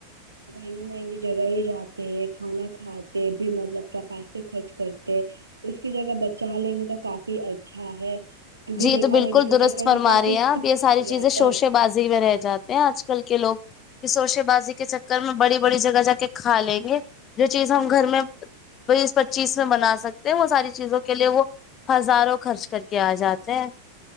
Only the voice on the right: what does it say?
مہنگی مہنگی جگہ یہ جاتے ہیں کھانا کھاتے بھی مطلب کا پیسے خرچ کر اس کی جگہ بچا لینگے تو کافی اچھا ہے کیونکہ
دیکھا
جائے کہ کے
چکر
میں کافی استعمال
ہو
جاتا
ہے